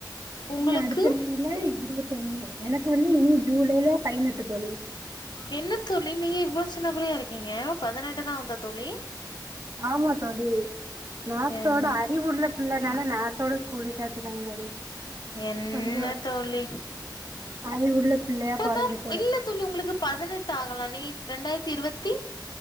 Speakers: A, on the left; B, on the right.
A: உங்களுக்கு
B: இனி அடுத்த மேல இருவத்தொண்ணு எனக்கு வந்து இனி ஜூலைல பதினெட்டு தோழி
A: என்ன தோழி நீங்க இவ்ளோ சின்ன புள்ளயா இருக்கீங்க பதினெட்டுதா ஆகுதா தோழி
B: ஆமா தோழி நேத்தோட
A: என்
B: அறிவுள்ள பிள்ளைனால நேரத்தோட ஸ்கூல்ல சேத்துடாங்க தோழி
A: என்ன
B: கொஞ்சோ
A: தோழி
B: அறிவுள்ள பிள்ளையா
A: இப்பதா
B: பொறந்துட்டு
A: இல்ல தோழி உங்களுக்கு பதினெட்டு ஆகல நீங்க ரெண்டாயிரத்தி இருவத்தி